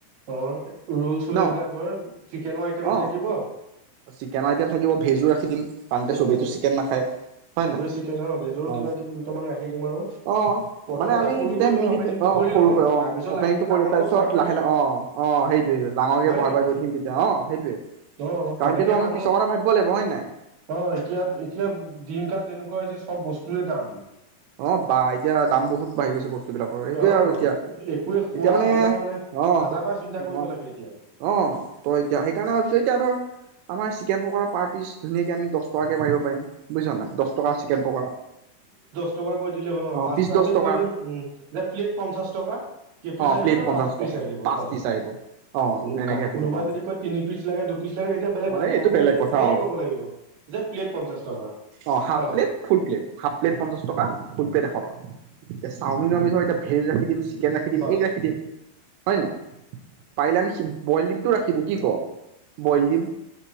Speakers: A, on the right; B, on the right.
A: অ', ৰোল চল
B: ন
A: এইবিলাক ধৰ চিকেনৰ আইটেমো
B: অ
A: থাকিব,
B: চিকেনৰ আইটেম থাকিব ভেজো ৰাখি দিম কাৰণ এতিয়া
A: উম,
B: চবেইতো চিকেন নাখায় হয় নাই
A: চিকেন ভেজৰো
B: অ
A: কিবা কিবি দুটামান ৰাখি দিম, আৰু
B: অ
A: প্ৰথমতে
B: মানে আমি
A: সৰুকৈ
B: দুটাই
A: ধৰ
B: মিলি
A: অপেনিংটো
B: অ
A: কৰি
B: সৰুকৈ
A: লওঁ,
B: অ
A: তাৰপিছত
B: অপেনিংটো
A: লাহেকৈ
B: কৰিলো
A: ডাঙৰকৈ
B: তাৰপিছত
A: বহাই
B: লাহে লাহে অ অ সেইটোয়ে সেইটো ডাঙৰকে
A: হয়
B: বহাই
A: নে
B: বহাই
A: নহয়
B: কৰি থিম তেতিয়া অ সেইটোয়ে
A: অ
B: কাৰণ
A: তেনেকে
B: তেতিয়াতো আমি
A: মানুহ
B: পিছৰ কথা ভাবিব লাগিব হয়ে নাই।
A: অ এতিয়া এতিয়া দিন কাল তেনেকুৱা হৈছে চব বস্তুৰে দাম।
B: অ, বা এতিয়া দাম বহুত বাঢ়ি গৈছে বস্তুবিলাকৰ। সেইটোৱে,
A: অ
B: আৰু এতিয়া
A: একোৱে খোৱা
B: এতিয়া মানে
A: বোৱা
B: অ
A: হাজাৰ বাৰ চিন্তা কৰিব
B: মই
A: লাগে এতিয়া
B: অ তই এতিয়া সেইকাৰণে ভাবিছ এতিয়া ধৰ আমাৰ চিকেন পকোৰা পাৰ পিচ ধুনীয়াক আমি দহ টকাকৈ পাৰিব পাৰিম। বুজিছা নাই, দহ টকা চিকেন পকৰা।
A: পচ টকা কৈ দিলে হ'ল ন?
B: অ
A: পাঁচ
B: পিচ দহ
A: আমি
B: টকা
A: কৈ দিম, উম, যে প্লেট পঞ্চাশ টকা, কেই পিচ
B: অ
A: আহিব?
B: প্লেট
A: তাত
B: পঞ্চাশ
A: পাঁচ পিচ
B: টকা
A: আহিব,
B: পাঁচ
A: বাচ
B: পিচ আহিব অ
A: কোনো
B: এনেকে দিব
A: কোনোবা
B: পাৰো
A: যদি কয় তিনি পিচ লাগে দু পিচ লাগে তেতিয়া বেলেগ
B: অ
A: কথা
B: এই এইটো
A: কৰওঁতে
B: বেলেগ
A: আমি
B: কথা
A: তেনেকে
B: অ
A: ক'ব লাগিব যে প্লেট পঞ্চাশ টকা
B: অঁ, হাফ
A: অ'
B: plate, full plate. Half plate পঞ্চা ফুল প্লেট এশ টকা। এতি চাওমিনো আমি ধৰ এতিয়া ভেজ ৰাখি দিম। চিকেন ৰাখি দিম,
A: বাছ
B: এগ ৰাখি দিম। হয় নাই? পাৰিলে আমি বইল দিমটো ৰাখি দিম, কি ক? বইল দিম।